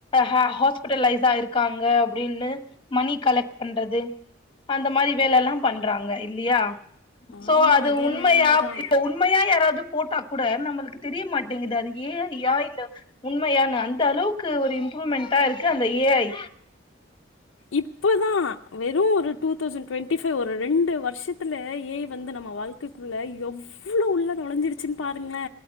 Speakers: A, on the left; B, on the left.
A: ஹ ஹாஸ்ப்பிட்ல்லைஸா இருக்காங்க அப்பிடின் மணி கலக்ட் பண்றது அந்த மாரி வேல எல்லா பண்றாங்க இல்லியா சோ
B: ஆமா
A: அது உண்மையா
B: என்னமோ உண்மதா
A: இப்ப உண்மையா யாராவுது போட்டா கூட நம்ளுக் தெரியமாட்டேங்குது அது ஏ ஐயா இல்ல உண்மையானு அந்த அளவுக்கு ஒரு இம்ப்ரூவ்மெண்டா இருக்கு அந்த ஏ ஐ
B: இப்பதா வெறு ஒரு டூ தௌசண்ட் டொண்ட்டி ஃபைவ் ஒரு ரெண்டு வருஷத்துல ஏ ஐ வந்து நம்ம வாழ்க்கைக்குள்ள எவ்வுளோ உள்ள நுழஞ்சிருச்சின் பாருங்குளே